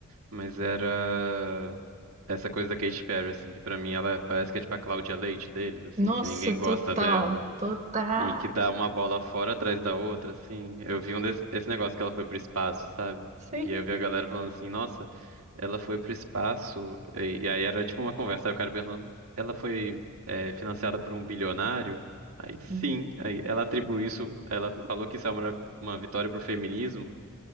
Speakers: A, on the right; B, on the right.
A: mas era. Essa coisa da Katy Perry, assim, que pra mim ela parece que é tipo a Cláudia Leite deles, assim,
B: nossa,
A: que ninguém gosta
B: total,
A: dela
B: total,
A: e que dá uma bola fora atrás da outra, assim. Eu vi um desse, esse negócio que ela foi pro espaço, sabe?
B: sim.
A: E aí eu vi a galera falando assim, nossa, ela foi pro espaço, e, e aí era tipo uma conversa, aí o cara perguntando, ela foi é, financiada por um bilionário? Aí sim,
B: Uhum.
A: aí ela atribui isso, ela falou que isso é uma, marav- uma vitória pro feminismo.